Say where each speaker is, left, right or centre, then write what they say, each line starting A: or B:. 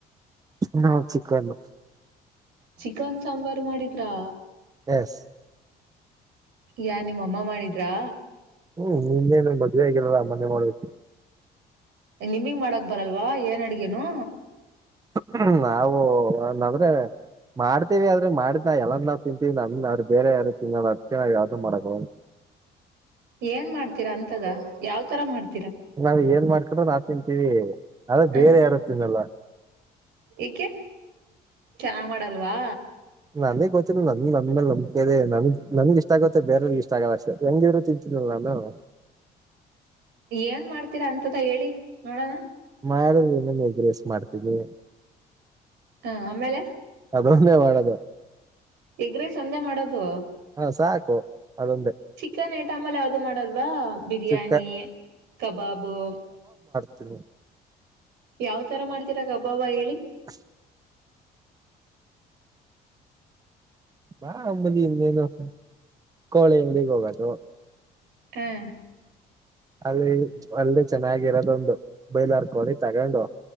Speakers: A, on the right; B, on the right.
A: ನಾವು ಚಿಕನ್ನು.
B: ಚಿಕನ್ ಸಾಂಬಾರ್ ಮಾಡಿದ್ರಾ
A: ಎಸ್
B: ಯಾರು ನಿಮ್ಮ ಅಮ್ಮ ಮಾಡಿದ್ರಾ
A: ಹ್ಮ್ ನಿನ್ನೇನು ಮದ್ವೆ ಆಗಿಲ್ಲಲ್ಲ ಅಮ್ಮನೆ ಮಾಡ್ಬೇಕು
B: ನಿಮಗ್ ಮಾಡಕ್ ಬರಲ್ವಾ ಏನ್ ಅಡ್ಗೇನು
A: ಹ್ಮ್ ನಾವುಂದ್ರೆ ಮಾಡ್ತೀವಿ ಆದ್ರೆ ಮಾಡಿದ್ ನಾ ಎಲ್ಲಂದ ನಾವ್ ತಿಂತೀವಿ ನಮ್ರ ಬೇರೆ ಯಾರ ತಿನ್ನ ಅದಕ್ಕೆ ನಾವ್ ಯಾವ್ದ ಮಾಡಕ
B: ಏನ್ ಮಾಡ್ತೀರಾ ಅಂತದ ಯಾವ್ ತರ ಮಾಡ್ತ
A: ನಾವ್ ಏನ್ ಮಾಡ್ವಿ <unintelligible> <inaudible> ತಿಂತೀರಿ ಅದು
B: ಹ್ಮ್
A: ಬೇರೆ ಯಾರು ತಿನ್ನಲ್ಲ
B: ಏಕೆ ಚೆನ್ನಾಗ್ ಮಾಡಲ್ವಾ
A: ನಾನೇ ಗೊತ್ತನ ನನ್ ನಮ್ಮೇಲ್ ನಂಬದೆ ನನ್ ನನ್ಗೆ ಇಷ್ಟ ಆಗತ್ತೆ ಬೇರೆಯವಗ ಇಷ್ಟ ಆಗಲ್ಲ ಅಷ್ಟೆ ಹೆಂಗ ಇವ್ರು ತಿಂತನಿಲ್ಲ ನಾನು
B: ಏನ್ ಮಾಡ್ತೀರಾ ಅಂತದ ಹೇಳಿ ನೋಡೋಣ
A: ನಾ ಹೇಳ <unintelligible> ಎಗ್ರೇಸ್ ಮಾಡ್ತೀವಿ
B: ಹಾ ಆಮೇಲೆ
A: ಅದೊನ್ನೇ ಮಾಡದು
B: ಎಗ್ರೀ ಸಂಧೆ ಮಾಡೋದು
A: ಸಾಕು ಅದೊಂದೇ
B: ಚಿಕನ್ ಐಟಮ್ ಅಲ್ಲಿ ಯಾವ್ದು ಮಾಡಲ್ವಾ ಬಿರಿಯಾನಿ
A: ಚಿಕ್ಕ
B: ಕಬಾಬು
A: ಹ ಹ
B: ಯಾವ್ ತರ ಮಾಡ್ತಿೀರ ಗಬ್ಬಾಬ್ಬ ಹೇಳಿ
A: <inaudible> ಬಾ ಅಮ್ಮದಿ <unintelligible> ದೇನು ಕೋಳೆ ಎಗ್ ಹೋಗದು
B: ಹ್
A: ಅದ ಒಳ್ಳೆ ಚೆನ್ನಾಗಿರೋದೊಂದು ಬೈಲರ್ಕೊಳ್ಳಿ ತಗೊಂಡು